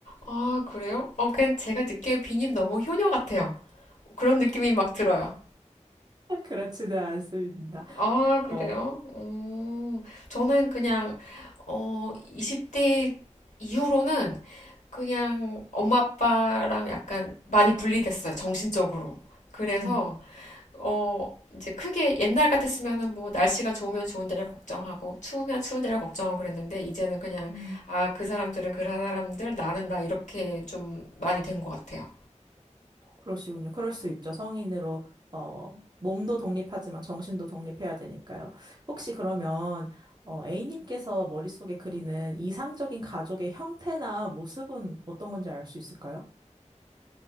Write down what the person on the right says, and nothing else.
<laughs> 그렇지는 않습니다.
어,
음,
음.
그러시군요. 그럴 수 있죠. 성인으로, 어, 몸도 독립하지만 정신도 독립해야 되니까요. 혹시 그러면, 어, A님께서 머릿속에 그리는 이상적인 가족의 형태나 모습은 어떤 건지 알 수 있을까요?